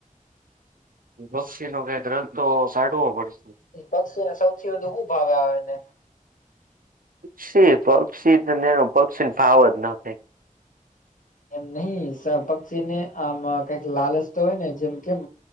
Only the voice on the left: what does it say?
પક્ષીને સૌથી વધુ હું ભાવે આવેને
એમ નહિ પક્ષીને આમ કઈક લાલચ તો હોય ને જેમ કેમ